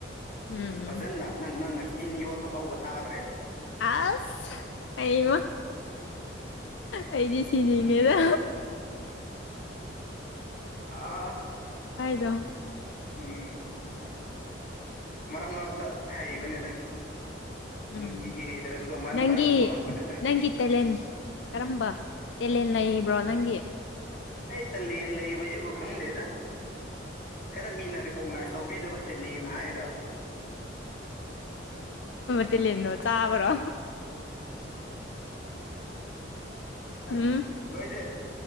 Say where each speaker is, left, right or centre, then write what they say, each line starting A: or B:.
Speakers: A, on the left; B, on the left.
A: ꯎꯝ
B: ꯐꯖꯅ ꯅꯪ ꯅꯪꯅ ꯇꯤꯟ ꯌꯣꯠꯄ ꯐꯥꯎꯕ ꯇꯥꯈ꯭ꯔꯦꯕ
A: ꯑꯁ ꯍꯩꯃ ꯑꯩꯗꯤ ꯁꯤꯅꯤꯡꯉꯦꯗ
B: ꯑꯥ
A: ꯗꯣ
B: ꯎꯝ ꯃꯔꯛ ꯃꯔꯛꯇ ꯍꯩꯕꯅꯦꯗ
A: ꯎꯝ
B: ꯅꯨꯡꯇꯤꯒꯤ ꯍꯩꯇ꯭ꯔꯁꯨꯀꯣ ꯃꯔꯛ
A: ꯅꯪꯒꯤ
B: ꯃꯔꯛꯇ ꯊꯣꯛꯂꯛꯄꯅꯦꯗ
A: ꯅꯪꯒꯤ ꯇꯦꯂꯦꯟ ꯀꯔꯝꯕ ꯇꯦꯂꯦꯟ ꯂꯩꯕ꯭ꯔꯣ ꯅꯪꯒꯤ
B: ꯑꯩ ꯇꯜ ꯂꯦꯟ ꯂꯩꯕꯁꯤꯕꯨ ꯈꯪꯗꯦꯗ ꯈꯔ ꯃꯤꯅ ꯔꯤꯀꯣꯛꯅꯥꯏꯁ ꯇꯧꯕꯤꯗꯕ ꯇꯦꯂꯦꯟ ꯍꯥꯏ ꯗꯕ
A: ꯇꯦꯜꯂꯦꯟꯅꯣ ꯆꯥꯕꯔꯣ ꯎꯝ
B: ꯅꯣꯏꯁꯦ